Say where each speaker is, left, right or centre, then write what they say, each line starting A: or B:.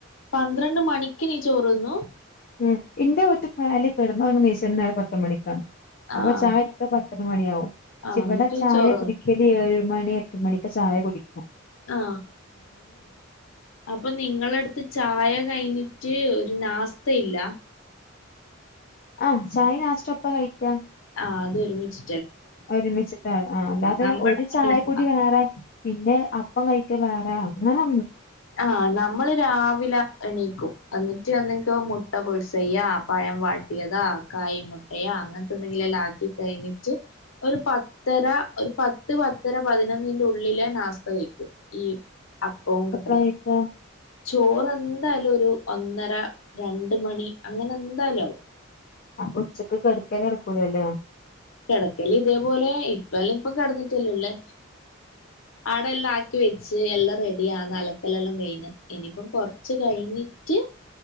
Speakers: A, on the left; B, on the left.
A: പന്ത്രണ്ട് മണിക്ക് നീ ചോറു തിന്നു
B: ഹും ഇന്റെ വീട്ടിൽപോയാൽ കിടന്നുറങ്ങി നീച്ചൽ തന്നെ പത്ത് മണിക്കാണ് അപ്പൊ
A: ആഹ്
B: ചായ എടുക്ക പത്തര മണി യാവും
A: ആഹ്
B: ഇവടെ
A: എന്നിട്ട്
B: ചായ
A: ചോറ്ന്നു
B: കുടിക്കല് ഏഴുമണി എട്ട് മണിക്ക് ചായ കുടിക്കും
A: ആ അപ്പൊ നിങ്ങളടുത്ത് ചായ കഴിഞ്ഞിട്ട് റ്റ് ഒരു നാസ്ഥതയില്ല
B: ആ ചായ നാശ്ത്ത ഒപ്പ കഴിക്കാ
A: ആഹ് അത് ഒരുമിച്ച്
B: ഒരുമിച്ചിട്ട ആ അല്ലാതെ
A: നമ്മള്
B: ഒരു
A: അങ്ങനല്ല
B: ചായക്കൂടി വേറെ പിന്നെ അപ്പം കഴിക്ക് വേറെ അങ്ങനെ
A: ആഹ് നമ്മള് രാവിലെ എണീറ്റ് ക്കും എന്നിട്ട് ഒന്നെക്ക് മുട്ട ബുൽസൈയ്യ പഴം വാട്ടിയതാ കായീ മുട്ടയാ അങ്ങനത്തെന്തെങ്കില എല്ലാം ആക്കിട്ട് കഴിഞ്ഞിട്ട് ഒരു പത്തര ഒരു പത്ത് പത്തര പതിനൊന്നിന്റെ ഉള്ളിലെ നാസ്ത കഴിക്കും ഈ അപ്പോം കറി
B: കയിക്ക
A: ചോറ് എന്തായാലും ഒരു ഒന്നര രണ്ട് മണി അങ്ങനെ എന്തായാലും ആവും
B: അപ്പൊച്ചക്ക് കെട്ക്കലടക്കൂലല്ലേ?
A: കെടക്കല് ഇതേപോലെ ഇപ്പ എല്ലാം ഇപ്പം കിടന്നിട്ടല്ലല്ലേ ആടെല്ലാക്കി വെച്ച് എല്ലാം റെഡി ആക അലക്കലെല്ലാം കഴിഞ്ഞ് ഇനിപ്പം കൊറച്ച് കഴിഞ്ഞിട്ട്